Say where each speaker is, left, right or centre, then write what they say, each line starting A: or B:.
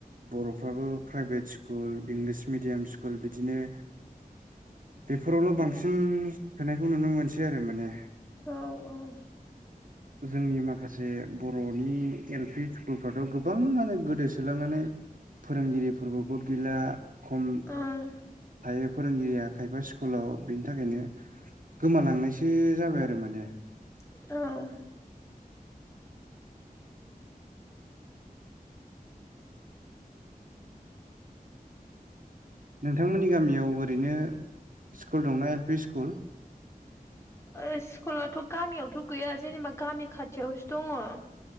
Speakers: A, on the right; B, on the left.
A: बर'फ्राबो private school English medium school बिदिनो बेफोरावल'
B: उम
A: बांसिन होनायखौ नुनो मोनसै आरो माने
B: औ औ
A: जोंनि माखासे बर'नि एल पि स्कुलफ्राथ' गोबाङानो गोदोसोलांनानै फोरोंगिरिफोरबो गद गैला खम
B: ओं
A: थायो । फोरोंगिरिया खायफा स्कुलाव बिनि थाखायनो गोमालांनायसो जाबाय आरो माने
B: औ
A: नोंथांमोननि गामियाव ओरैनो स्कुल दंना एल पि स्कुल?
B: ओ स्कुलाथ' गामियावथ' गैया जेनेबा गामि खाथियावसो दङ'।